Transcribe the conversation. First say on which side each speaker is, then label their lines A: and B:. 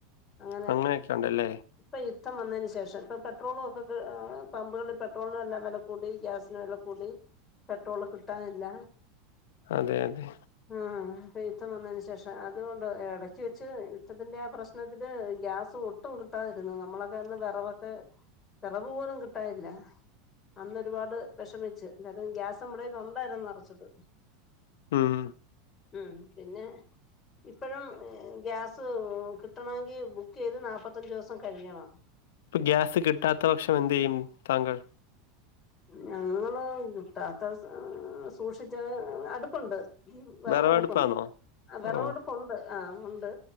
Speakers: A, on the left; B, on the left.
A: അങ്ങനെ
B: അങ്ങനെയൊക്കെ ഉണ്ടല്ലേ.
A: ഇപ്പൊ യുദ്ധം വന്നതിന് ശേഷം ഇപ്പൊ പെ ട്രോളും ഒക്കെ പമ്പുകളിൽ പെട്രോളിനും എല്ലാം വെല കൂടി ഗ്യാസിന് വെല കൂടി പെട്രോള് കിട്ടാനില്ല
B: അതെ അതെ.
A: ആഹ് ഇപ്പ യുദ്ധം വന്നതിന് ശേഷം അതുകൊണ്ട് ഇടക്ക് വെച്ച് യുദ്ധത്തിന്റെ ആ പ്രശ്നത്തില് ഗ്യാസ് ഒട്ടും കിട്ടാതിരുന്നു നമ്മളൊക്കാട്ടിലും വിറക്കൊകെ വിറക് പോലും കിട്ടാനില്ല അന്ന് ഒരു പാട് വിഷമിച്ച് നേരം ഗ്യാസ് നമ്മുടെയില് ഉണ്ടായിരുന്നു നിറച്ചത്
B: ഉം
A: ഉം പിന്നെ ഇപ്പഴും ഗ്യാസ് കിട്ടണമെങ്കിൽ ബുക്ക് ചെയ്ത് നാല്പ്പത്തഞ്ച് ദിവസം കഴിയണം
B: ഗ്യാസ് കിട്ടാത്ത പക്ഷം എന്ത് ചെയ്യും താങ്കൾ
A: ഞങ്ങള് കിട്ടാത്ത സൂക്ഷിച്ച് അടുപ്പുണ്ട് ഉം വിറകെടുപ്പുണ്ട്
B: വെറവടുപ്പാന്നോ?
A: വിറവെടുപ്പ്
B: ഓഹ്
A: ഉണ്ട് ആഹ് ഉണ്ട്